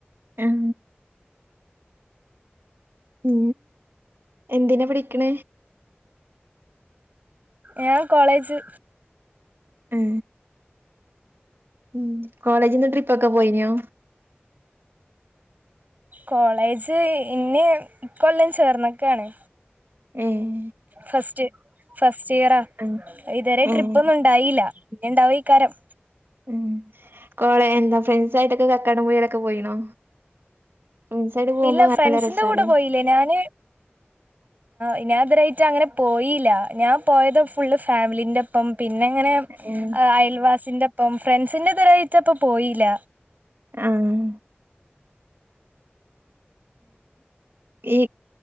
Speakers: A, on the right; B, on the right.
A: ഏം ഉ എന്തിനതിനാ പഠിക്കണ
B: ഞാൻ കോളേജ്
A: ഉ ഉ കോളേജിനു ട്രിപ്പൊക്കെ പോയിനോ
B: കോളേജ് ഇന്ന ഇക്ക കൊല്ലം ചേർന്നൊക്കെയ ആാണ്
A: ഏഹ്
B: ഫസ്റ്റ് ഫസ്റ്റ് ഇയർ
A: ആഹ്
B: ഇതവരെ ട്രിപ്പ
A: ഏഹ്
B: ഒന്നും ഇണ്ടായില്ല പിന്നെ ഇണ്ടാവോ ഇക്കാരം
A: ഉംകോളേജിൽ എന്താ ഫ്രണ്ട്സ ആയിട്ടൊക്കെ കക്കാടപഴയിലൊക്കെ പോയിണോ ഫ്രണ്ട്സായിട്ട് പോകുമ്പോ
B: ഇല്ല
A: നല്ല
B: ഫ്രണ്ട്സിന്റെ
A: രസാല്ലേ
B: കൂടെ പോയില്ലേ ഞാന് ഇതുവരെ ആയിട്ട് മറ്റ അങ്ങനെ പോയില്ല ഞാൻ പോയത് ഫുള്ള് ഫാമിലീൻറ ഒപ്പം പിന്നെ അങ്ങനെ
A: ഏഹ്
B: അയൽവാസിന്റെ അപ്പം ഫ്രണ്ട്സിൻററെതരായിട്ട് അപ്പം പോയില്ല
A: ആഹ് ഉ